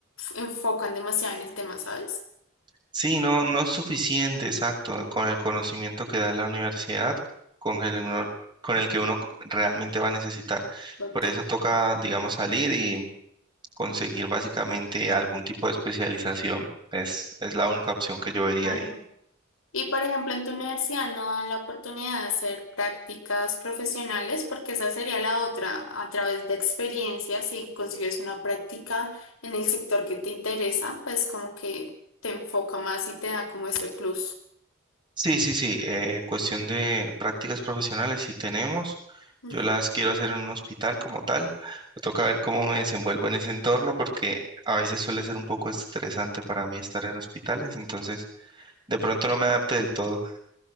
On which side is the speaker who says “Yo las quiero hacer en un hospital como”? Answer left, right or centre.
Right